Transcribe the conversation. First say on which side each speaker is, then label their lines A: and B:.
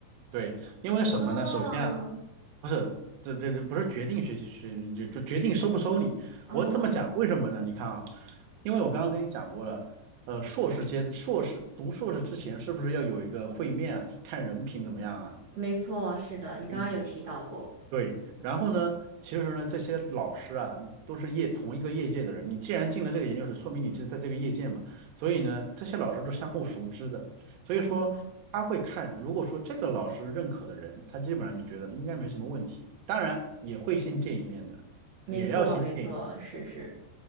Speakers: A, on the right; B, on the right.
A: 对，因为什么呢？
B: 哦，
A: 首先啊，不是这这这不是决定学习学就就决定收不收你。
B: 哦，
A: 我这么讲，为什么呢？你看啊，因为我刚刚跟你讲过了，呃，硕士阶硕士读硕士之前是不是要有一个会面啊，看人品怎么样啊？
B: 没错，是的，你刚刚有提到过。
A: 嗯。对，然后呢，其实呢，这些老师啊，都是业同一个业界的人。你既然进了这个研究室，说明你是在这个业界嘛。所以呢，这些老师都是相互熟知的。所以说，
B: 啊、
A: 他会看，如果说这个老师认可的人，他基本上就觉得应该没什么问题。当然，也会先见一面的，
B: 没错，
A: 也要先见一
B: 没错，是是，